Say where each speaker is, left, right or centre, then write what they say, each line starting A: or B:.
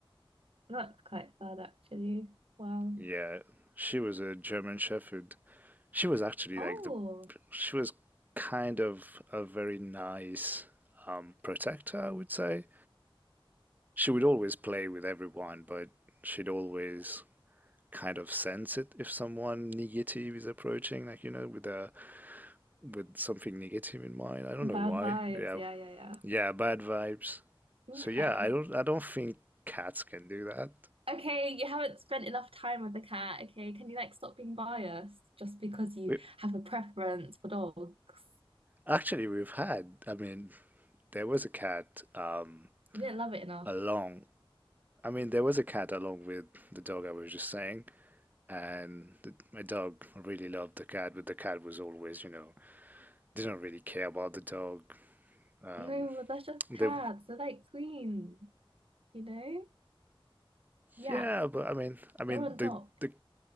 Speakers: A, on the right; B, on the right.
A: <laughs> That's quite sad, actually. Wow.
B: Yeah, she was a German Shepherd. She was actually
A: Oh,
B: like the she was kind of a very nice um, protector, I would say. She would always play with everyone, but she'd always kind of sense it if someone negative is approaching, like you know, with a with something negative in mind. I don't
A: bad
B: know why.
A: vibes.
B: Yeah,
A: Yeah, yeah,
B: yeah, bad vibes.
A: yeah.
B: So
A: Okay.
B: yeah, I don't I don't think cats can do that.
A: Okay, you haven't spent enough time with the cat. Okay, can you like stop being biased just because you
B: We
A: have a preference for dogs?
B: actually we've had. I mean, there was a cat um
A: You didn't love it enough.
B: along. I mean, there was a cat along with the dog I was just saying and the, my dog really loved the cat, but the cat was always, you know, didn't really care about the dog. Um,
A: No, but that's just
B: they,
A: cats. They're like queens, you know? Yeah,
B: yeah, but I mean, I mean,
A: they're on top.
B: the the